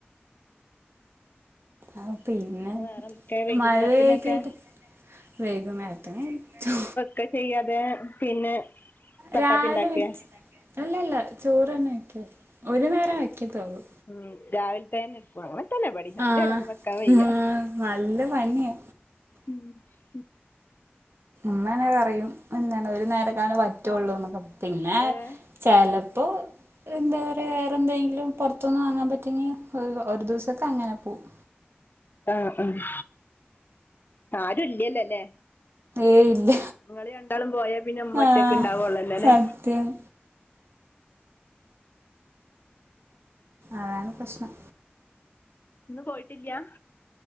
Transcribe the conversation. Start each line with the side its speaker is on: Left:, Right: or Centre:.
Right: ആഉ. പിന്നെ
Left: വേറെന്തൊക്കെ വൈകുന്നേരത്തിനൊക്കെ
Right: മഴ പെയ്കീട്ട് വെകുന്നേ രത്തിന് ചോ
Left: ക്ക ചെയ്യാതെ പിന്നെ- ചപ്പാത്തി
Right: രാവില
Left: ഇണ്ടാക്കെ?
Right: വച്, അല്ലല്ല ചോറ്ന്നെ വയ്ക്ക. ഒരു നേരാ വയ്ക്കത്തള്ളൂ.
Left: ഉം രാവിൽത്തെന്നെ, അങ്ങൻ തന്നെബടിം. രണ്ടേരൊന്നും
Right: ആഹ്
Left: വെക്കാൻ വയ്യാ.
Right: ആഹ് നല്ല പണ്യ.
Left: ഉം ഉ.
Right: മ്മനെ പറയും എന്താണ് ഒരു നേരക്കാല വറ്റുള്ളൂന്നൊക്കെ പിന്നെ-
Left: ഏഹ്
Right: ചെലപ്പോ. എന്താറ്യ വേറെന്തങ്കിലും പൊർത്ത്ന്ന് വാങ്ങാ പറ്റൊഞ്ഞ് ഒ ഒരു ദിവസൊക്കെ അങ്ങനെ പോവും.
Left: ആഹ് ആ ആരുല്ലല്ലോ ല്ലേ?
Right: ഏയ് ഇല്ല
Left: ങ്ങള് രണ്ടാളും പോയാ പിന്നെ മ്മൊറ്റൊക്
Right: ആഹ്
Left: ണ്ടാവൊള്ളൊല്ലെ
Right: സത്യം
Left: ലേ.
Right: അതാണ് പ്രശ്നം.
Left: ന്ന് പോയിട്ടില്ലാ?